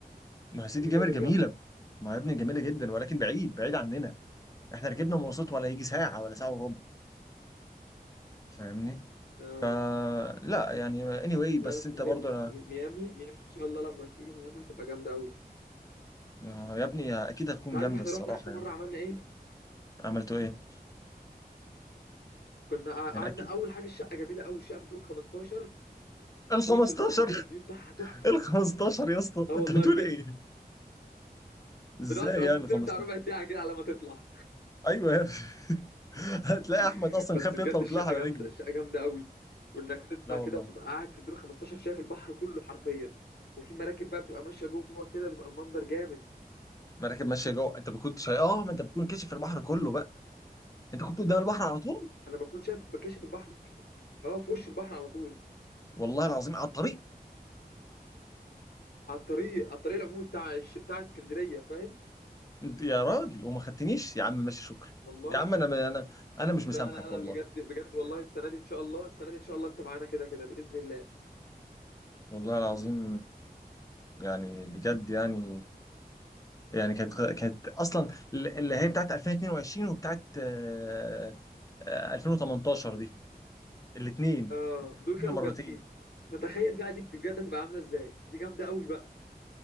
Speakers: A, on the left; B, on the left.
A: ما هو سيدي
B: سيدي
A: جابر
B: جابر
A: جميلة
B: جامد
A: ما هو يا ابني جميلة جدا ولكن بعيد بعيد عننا احنا ركبنا مواصلات ولا يجي ساعة ولا ساعة وربع فاهمني
B: آه.
A: فلا يعني anyway بس
B: لا بس
A: انت
B: بجد
A: برضو انا
B: ميامي ميامي ان شاء الله لما تيجي هنا هتبقى جامده قوي
A: آه، يا ابني اكيد هتكون
B: انت عارف
A: جامدة
B: احنا
A: الصراحة
B: رحنا اخر
A: يعني
B: مره عملنا ايه
A: عملتوا ايه
B: كنا قع- قعدنا
A: يعني اكيد
B: اول حاجه الشقه جميله قوي الشقه في الدور 15
A: ال
B: وفي
A: 15
B: وش البحر كده الفيو بتاعها تحفه
A: ال 15 يا اسطى
B: اه
A: انت
B: والله
A: بتقول
B: بجد
A: ايه؟ ازاي
B: بنقعد في الاسانسير
A: يعني 15؟
B: بتاع ربع ساعه كده على ما تطلع
A: ايوه يا ابني <laughs> هتلاقي احمد
B: <laughs>
A: اصلا
B: بس
A: خاف
B: بجد
A: يطلع وطلع
B: الشقه
A: على
B: جامده
A: رجله
B: الشقه جامده قوي وانك تطلع
A: لا والله
B: كده وتبقى قاعد في الدور 15 شايف البحر كله حرفيا وفي مراكب بقى بتبقى ماشيه جوه كده بيبقى المنظر جامد
A: ما انا كان ماشيه جوه انت ما كنتش اه ما انت بتكون كشف البحر كله بقى انت كنت قدام البحر على طول
B: انا بكون شايف بكاشف البحر اه في وش البحر على طول
A: والله العظيم على الطريق
B: على الطريق على الطريق العمومي بتاع الش- بتاع اسكندريه فاهم
A: انت يا راجل وما خدتنيش يا عم ماشي شكرا
B: والله
A: يا عم
B: بجد
A: انا انا انا مش
B: لا
A: مسامحك
B: لا لا
A: والله
B: بجد بجد والله السنه دي ان شاء الله السنه دي ان شاء الله انت معانا كده كده باذن الله
A: والله العظيم يعني بجد يعني يعني كانت كانت اصلا اللي هي بتاعت 2022 وبتاعت آه، آه، 2018 دي الاثنين
B: اه
A: كسبنا
B: دول كانوا
A: مرتين
B: جامدين فتخيل بقى دي بجد هتبقى عامله ازاي دي جامده قوي بقى